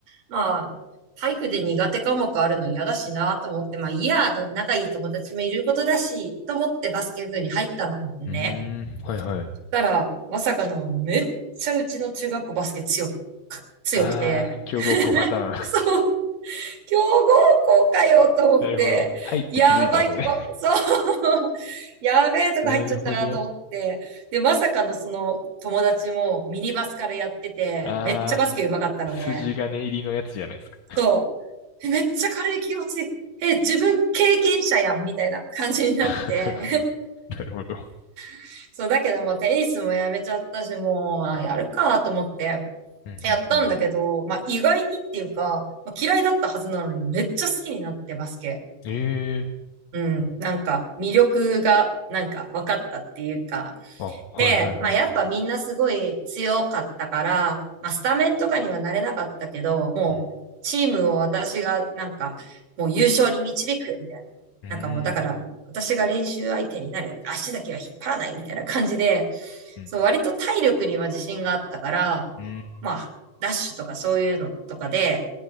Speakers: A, on the right (about 80°); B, on the left (about 65°).
A: まあ、体育で苦手科目あるの嫌だしなと思って、まあ、いいや、仲いい友達もいることだし、と思ってバスケ部に入ったのね。
B: うーん。はいはい。
A: たら、まさかの、めっちゃうちの中学校バスケ強く、強くて、
B: ああ、強豪校パターン。
A: <laughs> そう。強豪校かよと思って、
B: <laughs> なるほど。はいって気づいたんですね。
A: やばいとこ、そう、<laughs> やべえとこ入っちゃったなと思って、
B: なるほど。
A: で、まさかのその友達もミニバスからやってて、
B: ああ。
A: めっちゃバスケ上手かったのね。
B: 筋金入りのやつじゃないですか。
A: そう。えめっちゃ軽い気持ち。え、自分経験者やんみたいな感じになって。
B: <laughs> なるほど。
A: <laughs> そう、だけどもうテニスもやめちゃったし、もう、あやるかと思って。
B: うんうんうん。
A: やったんだけど、まあ、意外にっていうか、まあ、嫌いだったはずなのにめっちゃ好きになってバスケ。
B: ええ
A: うん、なんか魅力がなんか分かったっていうか、
B: あ、はいはいはい。
A: で、まあやっぱみんなすごい強かったから、まあスタメンとかにはなれなかったけど、もうチームを私がなんかもう優勝に導くみたいな。
B: うん、うん、
A: なんかもうだから私が練習相手になる。足だけは引っ張らないみたいな感じで、
B: うん、う
A: そう割と体力には自信があったから、
B: ん、
A: まあダッシュとかそういうのとかで、